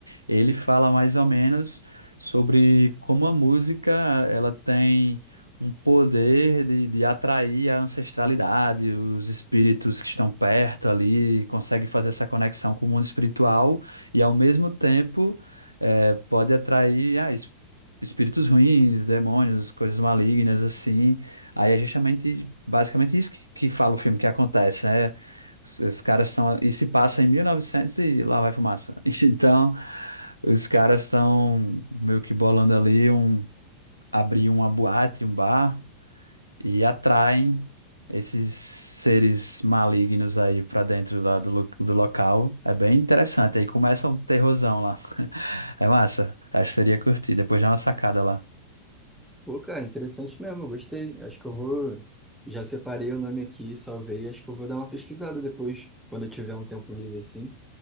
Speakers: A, on the right; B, in the centre.
A: Ele fala mais ou menos sobre como a música ela tem um poder de, de atrair a ancestralidade, os espíritos que estão perto ali, consegue fazer essa conexão com o mundo espiritual e ao mesmo tempo eh, pode atrair ah, es- espíritos ruins, demônios, coisas malignas assim. Aí é justamente, basicamente isso que, que fala o filme que acontece, né? Os, os caras estão. E se passa em 1900 e lá vai fumaça. <laughs> Então, os caras estão meio que bolando ali um. abrir uma boate, um bar, e atraem esses seres malignos aí pra dentro lá do, lo- do local. É bem interessante. Aí começa um terrorzão lá. <laughs> É massa. Acho que seria curtir. Depois dá uma sacada lá.
B: Pô, cara, interessante mesmo, eu gostei. Acho que eu vou. Já separei o nome aqui, salvei. Acho que eu vou dar uma pesquisada depois, quando eu tiver um tempo livre, assim.